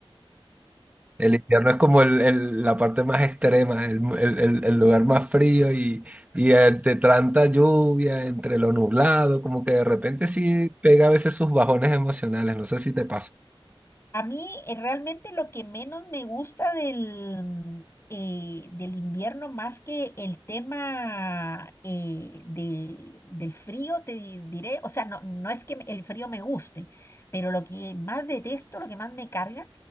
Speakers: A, on the right (about 15°); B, on the left (about 30°).
A: El invierno es como el- el- la parte más extrema, el, el- el- el lugar más frío y, y entre tanta lluvia, entre lo nublado, como que de repente sí pega a veces sus bajones emocionales, no sé si te pasa.
B: A mí eh, realmente lo que menos me gusta del, mm, eh, del invierno, más que el tema eh, de, del frío, te di- diré, o sea, no, no es que me- el frío me guste, pero lo que más detesto, lo que más me carga,